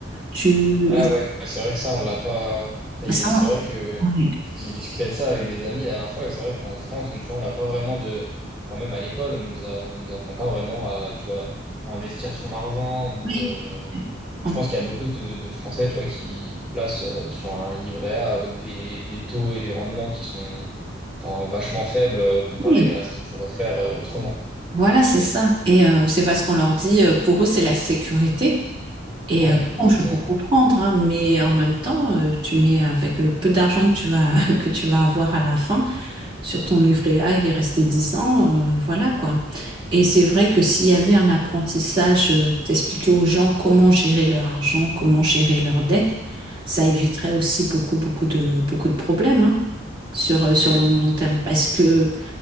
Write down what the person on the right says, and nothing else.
Tu,
il-
ça,
on- oui,
oui,
oui.
Oui,
voilà, c'est ça. Et euh, c'est parce qu'on leur dit, euh, pour eux, c'est la sécurité. Et
euh,
bon, je peux comprendre, hein, mais en même temps, euh, tu mets avec le peu d'argent que tu vas, <laughs> que tu vas avoir à la fin sur ton livret A, il restait 10 ans, euh, voilà quoi. Et c'est vrai que s'il y avait un apprentissage, euh, t'expliquer aux gens comment gérer leur argent, comment gérer leurs dettes, ça éviterait aussi beaucoup, beaucoup de, beaucoup de problèmes, hein, sur, euh, sur le long, long terme. Parce que